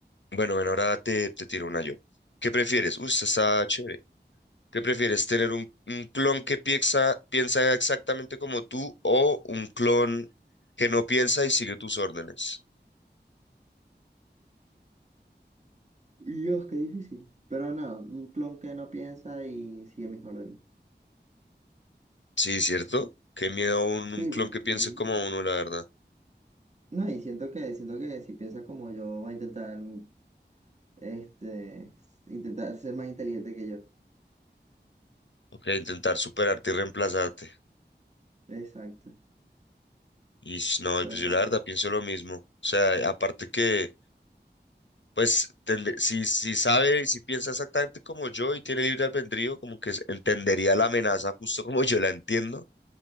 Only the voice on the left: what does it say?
bueno, bueno, ahora te, te tiro una yo. ¿Qué prefieres? Uy, esta está chévere. ¿Qué prefieres? ¿Tener un, un clon que piensa, piensa exactamente como tú o un clon que no piensa y sigue tus órdenes?
Sí, ¿cierto? Qué miedo un,
un clon
que piense
como uno, la verdad.
Ok, intentar superarte y reemplazarte.
Y no,
pues yo la verdad
pienso lo mismo. O sea, aparte que... Pues tende- si, si sabe, si piensa exactamente como yo y tiene libre albedrío, como que s- entendería la amenaza justo <laughs> como yo la entiendo,